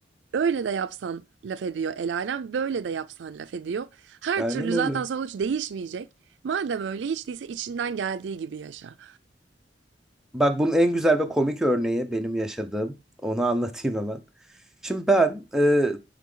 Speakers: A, on the right; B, in the centre.
A: öyle de yapsan laf ediyor el alem, böyle de yapsan laf ediyor. Her
B: Aynen
A: türlü
B: öyle.
A: zaten sonuç değişmeyecek. Madem öyle hiç değilse içinden geldiği gibi yaşa.
B: Bak bunun en güzel ve komik örneği benim yaşadığım. Onu anlatayım hemen. Şimdi ben e,